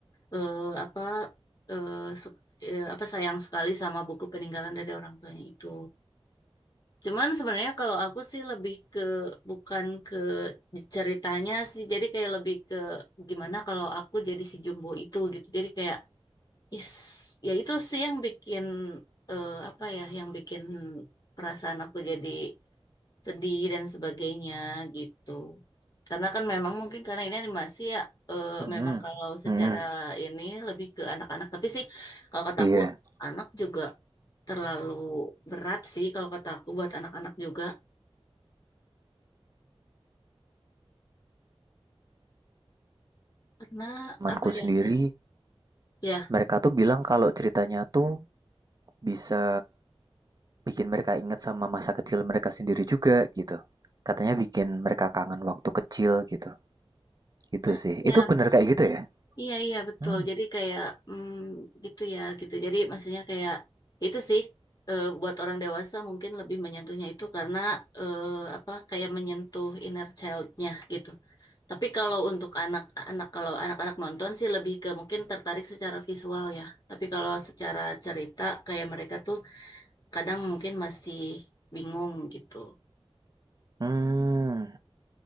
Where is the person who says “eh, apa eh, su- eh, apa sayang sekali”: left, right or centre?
Left